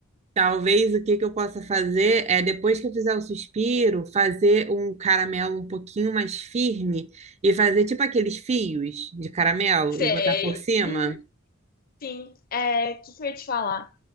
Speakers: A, on the right (about 30°); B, on the left (about 45°).
A: talvez o que que eu possa fazer é, depois que eu fizer o suspiro, fazer um caramelo um pouquinho mais firme e fazer tipo aqueles fios de caramelo
B: Sei.
A: e botar por cima.
B: Uhum, sim. É, o que que eu ia te falar?